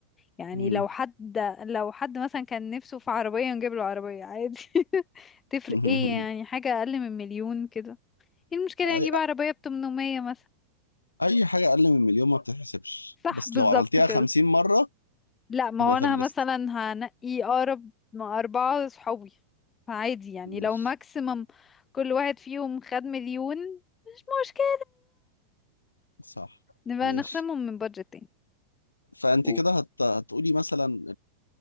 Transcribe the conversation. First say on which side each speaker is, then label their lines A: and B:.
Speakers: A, on the left; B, on the left.
A: يعني
B: مم.
A: لو حد لو حد مثلا كان نفسه في عربية نجيب له عربية عادي <laughs> تفرق
B: <laughs>
A: ايه يعني حاجة اقل من مليون كده ايه المشكلة يعني
B: اي
A: نجيب عربية ب 800 مثلا
B: اي حاجه اقل من مليون ما بتتحسبش
A: صح
B: بس
A: بالظبط
B: لو عملتيها
A: كده
B: 50 مره
A: لا ما
B: تبقى
A: هو
B: فلست
A: انا مثلا هنقي اقرب مع اربعة صحابي فعادي يعني
B: ماشي
A: لو ماكسيمم كل واحد فيهم خد مليون مش مشكلة
B: صح
A: نبقى
B: ماشي
A: نخصمهم من بادجت تاني
B: فانت
A: و-
B: كده هت... هتقولي مثلا